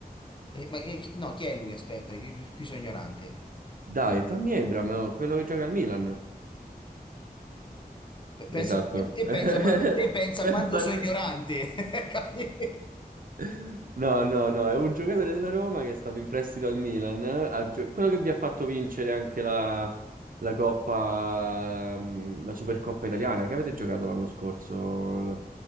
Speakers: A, on the left; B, on the right.
A: Eh, ma che- chi- no, chi è lui? Aspetta, qui qui sono ignorante.
B: Dai, Tammy Abraham, oh, quello che gioca al Milan.
A: Pe- Pensa,
B: Esatto.
A: te
B: <laughs>
A: pensa quanto, te pensa
B: Pensa
A: quanto sono
B: come-
A: ignorante. <laughs> Capi?
B: <laughs> No, no, no, è un giocatore della Roma che è stato in prestito al Milan, ha gio- quello che vi ha fatto vincere anche la, la Coppa, mm, la Supercoppa italiana, che avete giocato l'anno scorso.